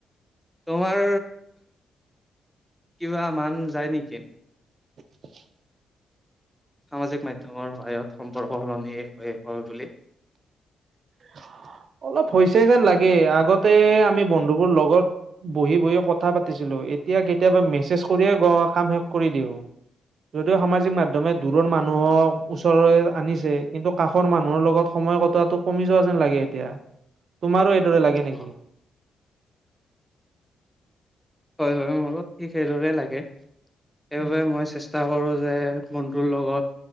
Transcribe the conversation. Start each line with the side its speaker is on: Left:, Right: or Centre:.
Centre: তোমাৰ কিবা মান যায় নেকি?
Right: <inaudible>
Centre: সামাজিক মাধ্যমৰ সহায়ত সম্পৰ্ক সলনি হৈ হয় বুলি।
Right: <inaudible> অলপ হৈছে যেন লাগে আগতে আমি বন্ধুবোৰ লগত বহি বহি কথা পাতিছিলো। এত এতিয়া কেতিয়াবা মেছেজ কৰিয়ে গ কাম শেষ কৰি দিওঁ। যদিও সামাজিক মাধ্যমে দূৰৰ মানুহক ওচ তৰ আনিছে কিন্তু কাষৰ মানুহৰ লগত সময় কটোৱাটো কমি যোৱা যেন লাগে এতিয়া। তোমাৰো এইদৰে লাগে
Centre: অ'।
Right: নেকি?
Centre: হয় হয় মোৰো ঠিক সেইদৰে লাগে সেইবাবে
Right: উম
Centre: মই চেষ্টা কৰো যে বন্ধুৰ লগত।